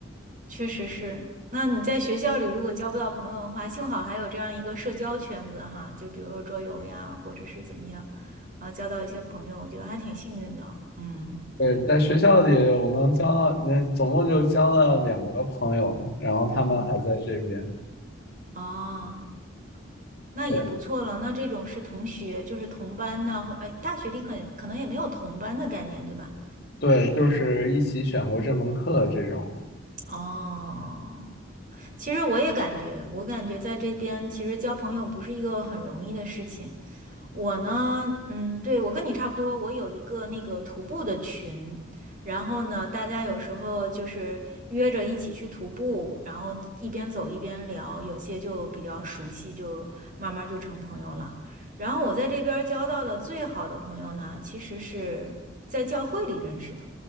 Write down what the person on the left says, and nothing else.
对，在学校里我能交到，嗯，总共就交了两个朋友，然后他们还在这边，
对
对，就是一起选过这门课这种，